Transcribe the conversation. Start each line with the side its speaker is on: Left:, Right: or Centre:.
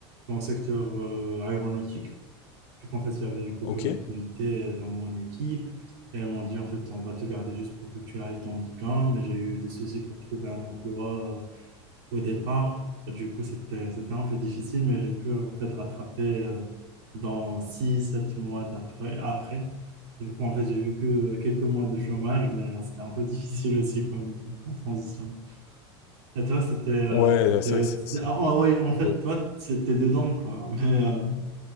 Right: dans le secteur euh, aéronautique. Vu qu'en fait, il y avait une coupure
Left: Ok?
Right: d'activité euh, dans mon équipe. Et elles m'ont dit, en fait, on va te garder juste pour que tu ailles ton diplôme. Mais j'ai eu des soucis pour trouver un emploi euh, au départ. Du coup, c'était, c'était un peu difficile, mais j'ai pu, en fait, rattraper euh, dans six sept mois d'après, après. Du coup, en fait, j'ai vu que quelques mois de chômage, mais euh, c'était un peu <laughs> difficile aussi comme, comme transition. Et toi, c'était... euh,
Left: Ouais, c'est
Right: c'était-
Left: vrai que c'est
Right: c'était-
Left: c'est
Right: ah ouais, en fait,
Left: ouais,
Right: toi, c'était dedans, quoi. Mais, euh,